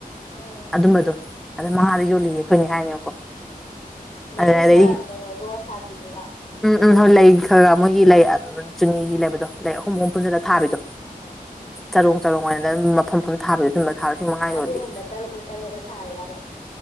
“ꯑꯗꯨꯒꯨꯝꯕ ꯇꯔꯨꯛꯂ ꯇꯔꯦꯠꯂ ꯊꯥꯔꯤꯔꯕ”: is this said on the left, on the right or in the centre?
Left